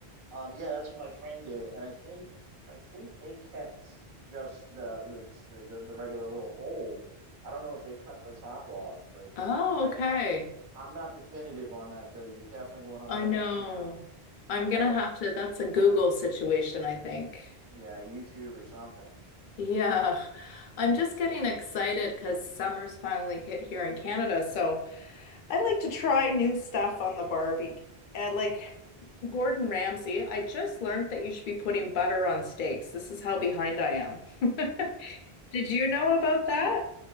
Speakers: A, on the right (about 55°); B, on the left (about 60°).
A: Um, yeah, that's what my friend did, and I think I think they kept just the, the just the, the the regular little hole. I don't know if they cut the top off, but
B: Oh,
A: I mean, I
B: okay.
A: I'm not definitive on that though. You're definitely going to
B: I
A: like
B: know.
A: you know
B: I'm
A: check
B: gonna
A: out
B: have to, that's a Google situation, I think.
A: yeah YouTube or something.
B: Yeah, I'm just getting excited because summer's finally hit here in Canada. So I like to try new stuff on the Barbie. Uh, like Gordon Ramsay, I just learned that you should be putting butter on steaks. This is how behind I am. <laughs> Did you know about that?